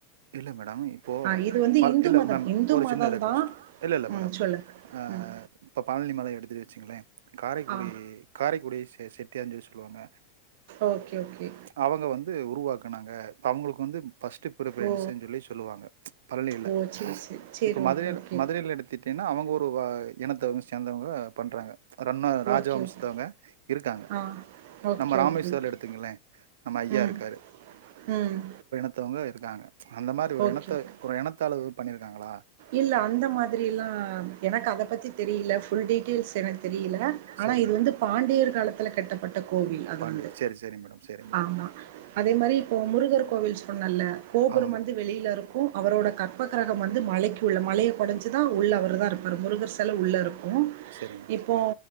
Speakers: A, on the right; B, on the right.
A: இல்ல மேடம் இப்போ
B: ஆ இது வந்து
A: ப
B: இந்து
A: இல்ல
B: மதம்
A: மேம்
B: இந்து
A: ஒரு
B: மதம்
A: சின்ன ரெவஸ்ட்
B: தான்
A: இல்ல இல்ல
B: ம்
A: மேடம்
B: சொல்லு.
A: ஆ
B: ம்.
A: இப்போ பழனி மலை எடுத்துட்டு வச்சிங்களேன் காரைக்குடி
B: ஆ.
A: காரைக்குடி செ செட்டியா சொல்லி சொல்லுவாங்க
B: ஓகே ஓகே
A: அவங்க வந்து உருவாக்குனாங்க அவங்களுக்கு வந்து ஃபர்ஸ்ட் பிரி பரன்ஸ்
B: ஓ!
A: சொல்லி சொல்லுவாங்க ம்ச் பழனில
B: ஓ! சரி, சரி. சரி.
A: இப்ப மதுரையில
B: ஓகே, ஓகே.
A: மதுரையில் எடுத்திட்டு ஏன்னா அவங்க ஒரு வா இனத்தவங்க சேந்தவங்க பண்ணுறாங்க அது இன்னு ராஜ
B: ஓகே,
A: வம்சத்தவங்க
B: ஓகே.
A: இருக்காங்க
B: ஆ. ஓகே,
A: நம்ம ராமேஸ்வரோ
B: ஓகே, ஓகே.
A: எடுத்துங்களேன் நம்ம ஐயா
B: ம்.
A: இருக்காரு
B: ம்
A: மத்தவங்க இருக்காங்க ம்ச் அந்த மாதிரி ஒரு
B: ஓகே,
A: இனத்த
B: ஓகே.
A: ஒரு இனத்த அளவு பண்ணிருக்காங்களா
B: இல்ல அந்த மாதிரியெல்லா எனக்கு அத பத்தி தெரியல ஃபுல் டீட்டெயில்ஸ் எனக்கு தெரியல ஆனா
A: சரி
B: இது
A: மேடம்
B: வந்து பாண்டியர் காலத்துல கட்டப்பட்ட கோவில் அது
A: பாண்டியர்
B: வந்து
A: சரி சரி மேடம் சரி மேடம்
B: ஆமா அதே மாதிரி இப்போது முருகர் கோவில் சொன்னேன்ல கோபுரம்
A: ஆமா மேடம்
B: வந்து வெளியில இருக் கும் அவரோடய கற்பகிரகம் வந்து மலைக்கு உள்ள மலையை குடைஞ்சிதான் உள்ள அவர் தான் இருப்பார் முருகர் சில உள்ளே இருக் கும்
A: சரி மேடம்
B: இப்போ